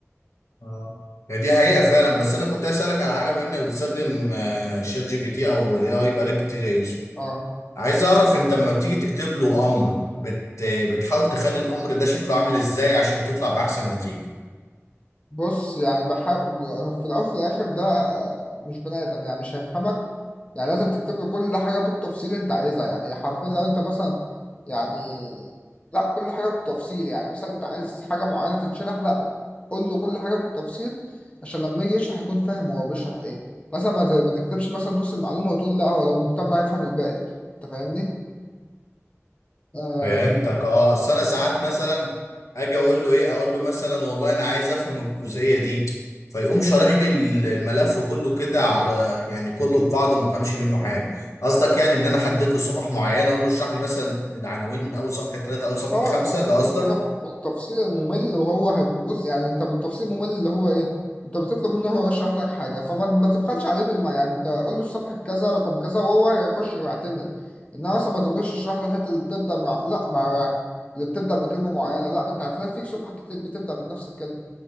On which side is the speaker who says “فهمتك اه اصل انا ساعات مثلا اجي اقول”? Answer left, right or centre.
Left